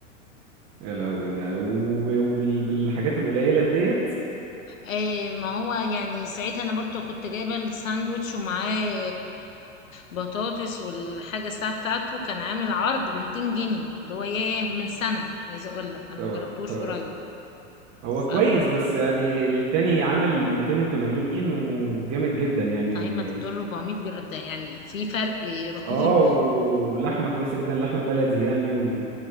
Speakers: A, on the right (about 45°); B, on the left (about 85°).
A: يا لهوي ده وبالحاجات القليلة ديت
B: ايه ما هو يعني ساعتها انا برضو كنت جايبه الساندوتش ومعاه البطاطس والحاجه الساعه بتاعته كان عامل عرض ب 200 جنيه اللي هو ياه من سنه عايزه اقول لك انا
A: طبعا
B: ما جربتوش
A: طبعا
B: قريب
A: هو كويس
B: فبقى
A: بس يعني التاني عامل 280 وجامد جدا يعني
B: طيب ما انت بتقول 400 جرام ده يعني في فرق رهيب
A: اه ولحمة كويسة جدا لحمة بلدي يعني و...